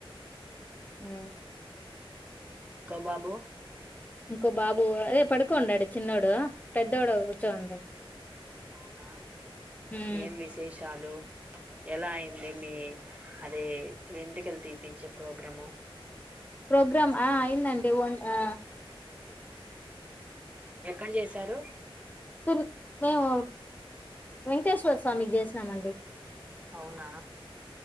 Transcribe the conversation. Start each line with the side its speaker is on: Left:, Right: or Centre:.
Left: హు
Right: గబబో
Left: ఇంకో బాబు అదే పడుకోండడు చిన్నోడు, పెద్దోడు ఉచ్చవుండు.
Right: అవునా
Left: ఉమ్.
Right: ఏం విశేష్ చాలు ఎలా అయింది. మీ అది వేంటికల్ తిపించే ప్రోగ్రాము
Left: ప్రోగ్రామ్ ఆ అయిందండి ఓన్ ఆ
Right: ఎక్కడ జేసారు
Left: తుమ్ మేము వెంకటేశ్వర స్వామికి జేశనమండి.
Right: అవునా